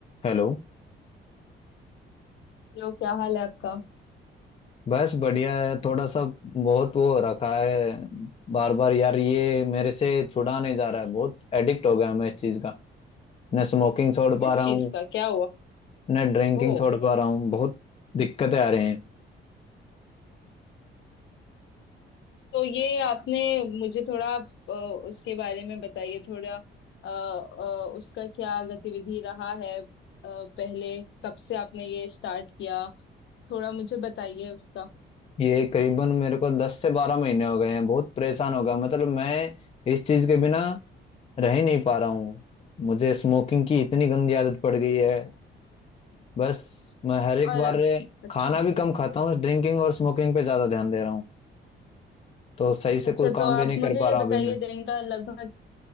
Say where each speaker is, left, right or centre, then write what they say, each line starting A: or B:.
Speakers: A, on the left (about 30°); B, on the left (about 70°).
A: Hello
B: जो क्या हाल है आपका
A: बस बढ़िया है थोड़ा सा बहुत वो रखा है बार बार यार ये मेरे से छुड़ा नहीं जा रहा है बहुत एडिक्ट हो गया मैं इस चीज का न स्मोकिंग छोड़ पा
B: किस
A: रहा
B: चीज
A: हूँ
B: का क्या हुआ
A: न ड्रिंकिंग
B: ओ
A: छोड़ पा रहा हूँ बहुत दिक्कतें आ रही हैं
B: तो ये आपने मुझे थोड़ा आप, अ, उसके बारे में बताइए थोड़ा अ, अ, उसका क्या गतिविधि रहा है अ, पहले कब से आपने ये स्टार्ट किया थोड़ा मुझे बताइए उसका
A: ये करीबन मेरे को दस से बारह महीने हो गए हैं बहुत परेशान हो गया मतलब मैं इस चीज के बिना रह ही नहीं पा रहा हूँ मुझे स्मोकिंग की इतनी गंदी आदत पड़ गई है बस मैं हर एक
B: और
A: बार
B: अच्छा
A: खाना भी कम खाता हूँ ड्रिंकिंग और स्मोकिंग पे ज्यादा ध्यान दे रहा हूँ तो सही से
B: अच्छा
A: कोई काम
B: तो आप
A: भी नहीं
B: मुझे
A: कर पा
B: ये
A: रहा अभी
B: बताइए
A: मैं
B: दिन का लगभग